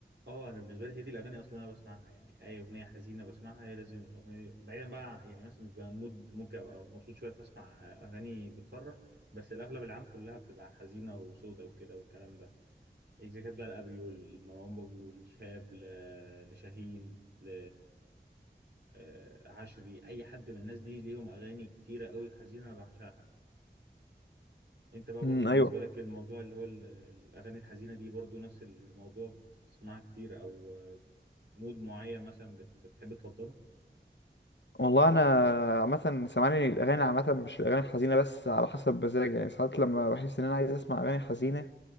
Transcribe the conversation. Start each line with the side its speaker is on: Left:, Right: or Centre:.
Right: اه انا بالنسبة لي هي دي الاغاني اصلا انا بسمعها يعني اي اغنية حزينة بسمعها هي لازم الاغنية دي بعيدا بقى يعني مثلا بيبقى مود ممكن ابقى مبسوط شوية فاسمع اغاني بتفرح بس الاغلب العام كلها بتبقى حزينة وسودة وكده والكلام ده إذا كانت بقى لأبيو لمروان بابلو لشهاب ل... لشاهين ل آه، عشري أي حد من الناس دي ليهم أغاني كتيرة قوي حزينة أنا بعشقها أنت بقى
Left: مم،
Right: برضو بالنسبة
Left: ايوه
Right: لك الموضوع اللي هو ال- الأغاني الحزينة دي برضو نفس الموضوع بت- بتسمعها كتير أو آه، مود معين مثلا بت... بتحب تفضله؟
Left: والله انا عامه سامعني الاغاني عامه مش الاغاني الحزينه بس على حسب مزاجي يعني ساعات لما بحس ان انا عايز اسمع اغاني حزينه